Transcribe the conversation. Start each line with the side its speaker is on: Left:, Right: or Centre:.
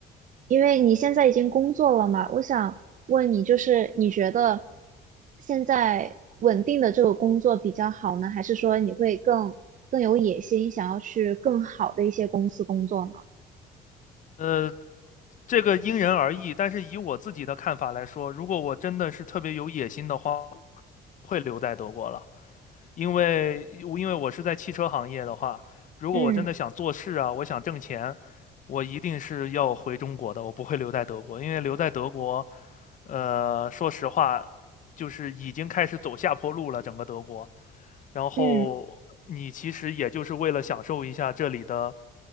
Right: 因为你现在已经工作了嘛，我想问你，就是你觉得现在稳定的这个工作比较好呢，还是说你会更更有野心，想要去更好的一些公司工作呢？
Left: 呃，这个因人而异，但是以我自己的看法来说，如果我真的是特别有野心的话，会留在德国了，因为因为我是在汽车行业的话，如果我真的想做事啊，
Right: 嗯
Left: 我想挣钱，我一定是要回中国的，我不会留在德国，因为留在德国，呃，说实话，就是已经开始走下坡路了，整个德国。然后你其实也就是为了享受一下这里的
Right: 嗯